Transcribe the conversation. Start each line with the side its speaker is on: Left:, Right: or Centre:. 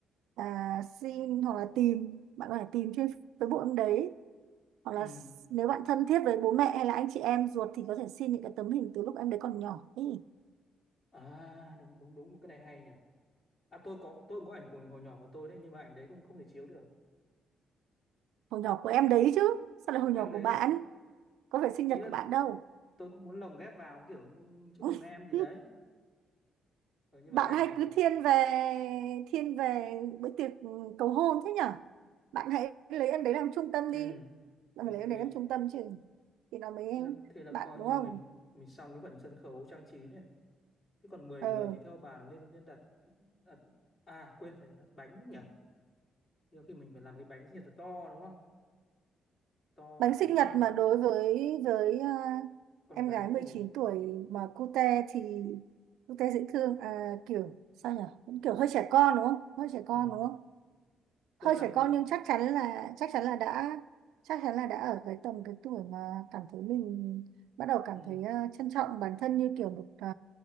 Right: à, xin hoặc là tìm bạn có thể tìm trên Facebook em đấy hoặc
Left: ừ
Right: là s- nếu bạn thân thiết với bố mẹ hay là anh chị em ruột thì có thể xin những cái tấm hình từ lúc em đấy còn nhỏ ý,
Left: à đúng đúng đúng cái này hay nhỉ à tôi có tôi cũng có ảnh của hồi nhỏ của tôi đấy nhưng mà ảnh đấy không không thể chiếu được
Right: hồi nhỏ của em đấy chứ sao lại hồi
Left: của
Right: nhỏ
Left: em đấy
Right: của bạn
Left: nữa
Right: có phải sinh
Left: ý
Right: nhật
Left: là
Right: của bạn đâu
Left: tôi cũng muốn lồng ghép vào kiểu như chúc
Right: <laughs>
Left: mừng em gì đấy ờ, nhưng
Right: bạn
Left: mà cái
Right: hay
Left: ảnh ảnh
Right: cứ
Left: của
Right: thiên về thiên về bữa tiệc ừ, cầu hôn thế nhở bạn hãy lấy em đấy làm trung tâm
Left: ừ
Right: đi bạn
Left: ok
Right: phải lấy em đấy làm trung tâm chứ thì nó mới
Left: thế là thế là
Right: bạn
Left: coi
Right: đúng
Left: như
Right: không
Left: mình mình xong cái phần sân khấu trang trí này thế còn mười
Right: ờ
Left: người thì theo bà là lên lên đặt đặt à quên phải đặt bánh nữa nhỉ nhiều khi mình phải làm cái bánh gì thật to đúng không to
Right: bánh
Left: bánh
Right: sinh nhật
Left: khoảng
Right: mà đối với với ờ,
Left: con
Right: em
Left: gái
Right: gái 19
Left: thì
Right: tuổi mà cute thì cute dễ thương à, kiểu sao nhỉ Cũng kiểu hơi trẻ con đúng không hơi trẻ con
Left: ừ.
Right: đúng không
Left: tôi
Right: hơi
Left: làm
Right: trẻ con
Left: định
Right: nhưng chắc chắn là chắc chắn là đã chắc chắn là đã ở cái tầm cái tuổi mà cảm thấy mình bắt đầu cảm
Left: ừ.
Right: thấy ờ, trân trọng bản thân như kiểu một ờ,